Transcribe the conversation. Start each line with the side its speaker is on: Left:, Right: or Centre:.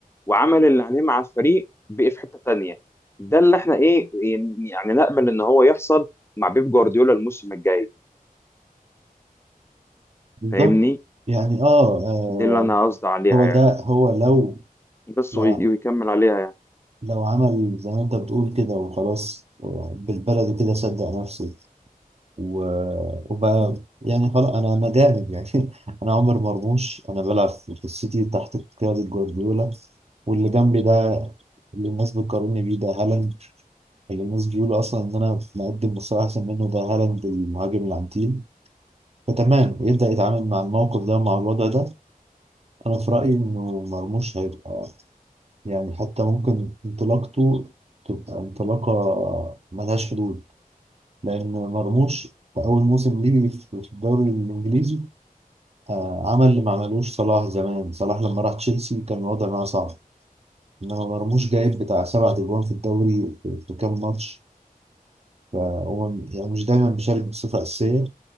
Left: وعمل اللي عليه مع الفريق بقي في حته تانيه ده اللي احنا ايه يعني نامل ان هو يحصل مع بيب جوارديولا الموسم الجاي
Right: بالظبط
Left: فاهمني
Right: يعني آه آه،
Left: دي اللي انا قصدي عليها
Right: هو
Left: يعني
Right: ده هو لو
Left: بس
Right: لو
Left: وي- ويكمل عليها يعني
Right: لو عمل زي ما أنت بتقول كده وخلاص آه، بالبلدي كده صدق نفسه و- وبقى يعني خلاص أنا أنا جامد يعني <laughs> أنا عمر مرموش أنا بلعب في في السيتي تحت قيادة جوارديولا واللي جنبي ده اللي الناس بتقارني بيه ده هالاند اللي الناس بيقولوا أصلا إن أنا مقدم مستوى أحسن منه ده هالاند المهاجم العنتيل فتمام يبدأ يتعامل مع الموقف ده مع الوضع ده أنا في رأيي إنه مرموش هيبقى يعني حتى ممكن انطلاقته تبقى انطلاقة ملهاش حدود لأن مرموش في أول موسم ليه في في الدوري الإنجليزي آه، عمل اللي ما عملوش صلاح زمان صلاح لما راح تشيلسي كان الوضع معاه صعب إنما مرموش جايب بتاع سبع أجوان في الدوري في في كام ماتش فهو يعني مش دايما بيشارك بصفة أساسية